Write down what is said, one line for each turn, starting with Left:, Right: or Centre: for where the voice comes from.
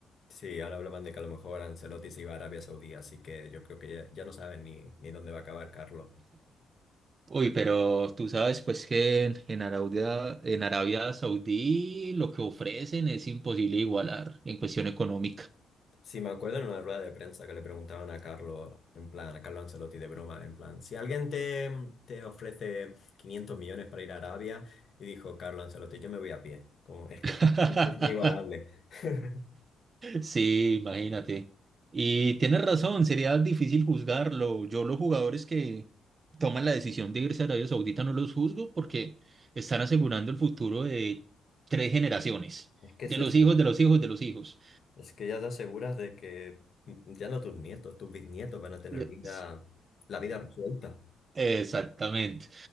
Left: Sí, ahora hablaban de que a lo mejor Ancelotti se iba a Arabia Saudí, así que yo creo que ya, ya no saben ni, ni dónde va a acabar Carlo.
Right: Uy, pero tú sabes pues que en, en Arabia, en Arabia Saudí lo que ofrecen es imposible igualar en cuestión económica.
Left: Sí, me acuerdo en una rueda de prensa que le preguntaban a Carlo, en plan, a Carlo Ancelotti de broma, en plan, si alguien te, te ofrece 500 millones para ir a Arabia, y dijo Carlo Ancelotti, yo me voy a pie. Como, es
Right: <laughs>
Left: que claro, es inigualable. <laughs>
Right: Sí, imagínate. Y tienes razón, sería difícil juzgarlo. Yo los jugadores que toman la decisión de irse a Arabia Saudita no los juzgo porque están asegurando el futuro de tres generaciones,
Left: Es que
Right: de
Left: es eso.
Right: los hijos, de los hijos, de los hijos.
Left: Es que ya te aseguras de que ya no tus nietos, tus bisnietos van a tener
Right: Yes.
Left: vida, la vida resuelta.
Right: Exactamente.